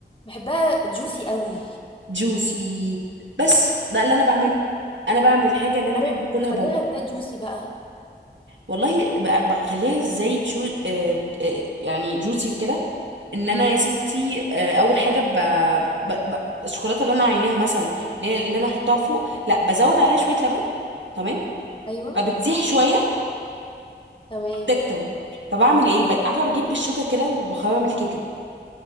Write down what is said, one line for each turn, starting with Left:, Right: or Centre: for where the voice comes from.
Left: بحبها جوسي قوي
Right: جوسي بس ده اللي انا بعمله انا بعمل حاجه اللي انا
Left: ايوه
Right: بحب اكلها
Left: بخليها
Right: بره
Left: ازاي جوسي بقى
Right: والله ب- بخليها زي تشو آه آه يعني جوسي وكده ان انا يا ستي آه اول حاجه ب... ب... ب... الشوكولاته اللي انا عيناها مثلا اللي هي- اللي انا احطها فوق لا بزود عليها شويه لبن تمام
Left: ايوه
Right: فبتسيح شويه
Left: تمام
Right: بتكتر فبعمل ايه ب... عارفه بجيب بالشوكه كده وبخرم الكيكه